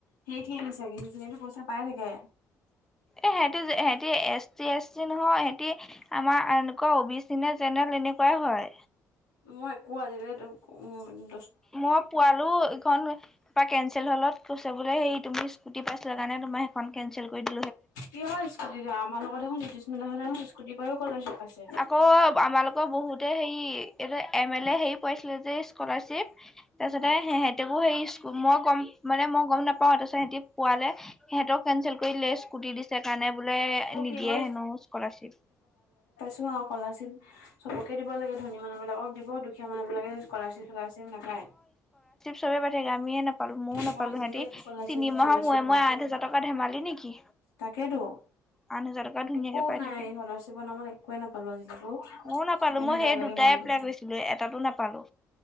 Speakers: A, on the left; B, in the centre.
A: হেইখিনি চাগে, হেইখিনিয়েটো পইচা পাই থাকে।
B: এ সিহঁতি-সিহঁতি এছ টি, এছ টি নহয় সিহঁতি আমাৰ আনকু অবিচিচেনেল জেনেৰেল এনেকুৱাই হয়।
A: মই একোৱেই আজিকালি অহ'
B: মই পোৱালো ইখন <unintelligible> কেঞ্চেল <unintelligible> কৈছে বোলে হেৰি, তুমি স্কুটি পাইছিলা কাৰণে তোমাৰ সেইখন কেনচেল কৰি দিছে।
A: কিহৰ স্কুটি দিয়া, আমাৰ লগৰ দেখোন জ্যোতিস্মিতাহঁতে দেখোন স্কুটি পাইয়ো স্কলাৰশ্বিপ পাইছে।
B: আকৌ আমাৰ লগ অ', বহুতে হেই এইটো এম এল এ হেই পাইছিলে যে স্কলাৰশ্বিপ। তাৰপিছতে
A: অ',
B: সেহেঁতেও হেৰি <unintelligible> মই গম মানে মই গম নাপাওঁ। তাৰপিছত সিহঁতি পোৱালে সিহঁতৰ কেনচেল কৰিলে স্কুটি দিছে কাৰণে বোলে
A: অ',
B: নিদিয়ে
A: কিহৰ
B: হেনো স্কলাৰশিপ।
A: অঁ কলাৰশ্বিপ চবকে দিব লাগে ধনী মানুহ বিলাকক দিব দুখীয়া মানুহ বিলাকে কলাৰ্চিপ কলৰচিপ নাপায়।
B: সবে পায় থাকে আমিয়ে ন নাপালো ময়ও নাপালো,
A: মই আজিলৈকে
B: সিহঁতি
A: একো স্কলাৰশ্বিপ
B: তিনিমাহৰ
A: চলাৰশ্বিপ
B: মোৰে মোৰে আঠ হাজাৰ টকা ধেমালি নেকি?
A: তাকেইতো
B: আঠ হাজাৰ টকা ধুনীয়াকে
A: একো
B: পাই
A: নাই
B: থাকে
A: স্কলাৰশ্বিপৰ নামত একোৱে নাপালো। <unintelligible> সেইকাৰণে
B: ময়ো নাপালো মই
A: বেয়া
B: সেই
A: লাগে
B: দুটাই
A: মনটো।
B: এপ্লাই কৰিছিলো এটাতো নাপালো